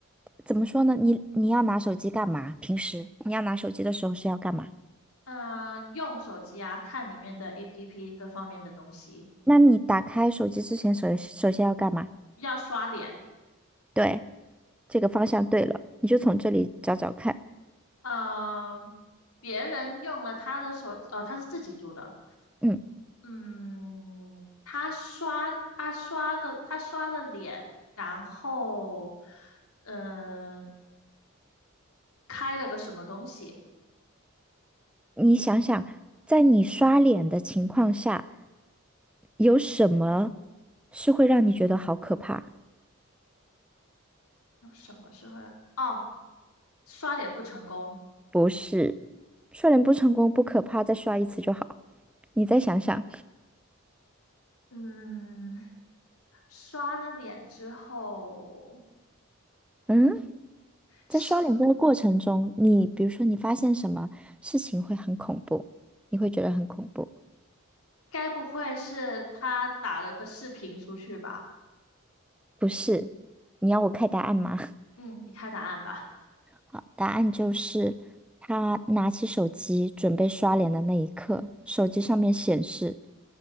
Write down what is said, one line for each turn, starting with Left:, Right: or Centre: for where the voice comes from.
Centre: 怎么说呢？你你要拿手机干嘛？平时你要拿手机的时候是要干嘛？
Left: 嗯，用手机啊，看里面的 APP 各方面的东西，
Centre: 那你打开手机之前首首先要干嘛？
Left: 要刷脸。
Centre: 对，这个方向对了，你就从这里找找看。
Left: 嗯，别人用了他的手，哦，他是自己租的。
Centre: 嗯。
Left: 嗯，他刷他刷个他刷了脸，然后嗯，开了个什么东西？
Centre: 你想想，在你刷脸的情况下，有什么是会让你觉得好可怕？
Left: 有什么时候？哦，刷脸不成功。
Centre: 不是，刷脸不成功不可怕，再刷一次就好。你再想想，
Left: 嗯。刷了脸之后，
Centre: 嗯，在刷脸这个过程中，
Left: 是
Centre: 你比如说你发现什么事情会很恐怖，你会觉得很恐怖，
Left: 该不会是他打了个视频出去吧？
Centre: 不是？你要我开答案吗？<laughs>
Left: 嗯，你看答案吧。
Centre: 好，答案就是她拿起手机准备刷脸的那一刻，手机上面显示